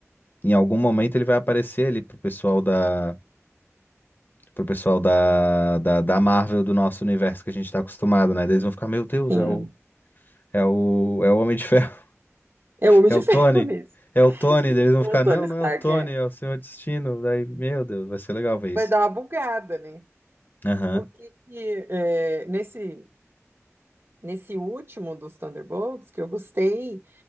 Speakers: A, on the left (about 40°); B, on the right (about 50°).
A: Em algum momento ele vai aparecer ali pro pessoal da. Pro pessoal da, da, da Marvel, do nosso universo que a gente tá acostumado, né? Daí Eles vão ficar, meu Deus,
B: sim.
A: é o, é o, é o Homem de Ferro.
B: É o Homem
A: É
B: de
A: o
B: Ferro
A: Tony.
B: mesmo.
A: É o
B: <laughs>
A: Tony. Daí Eles vão
B: O
A: ficar,
B: Tony
A: não,
B: Stark
A: não é o Tony,
B: é.
A: é o Senhor Destino. Daí, meu Deus, vai ser legal ver isso.
B: Vai dar uma bugada, né?
A: Aham.
B: O que que, é, nesse, nesse último dos Thunderbolts que eu gostei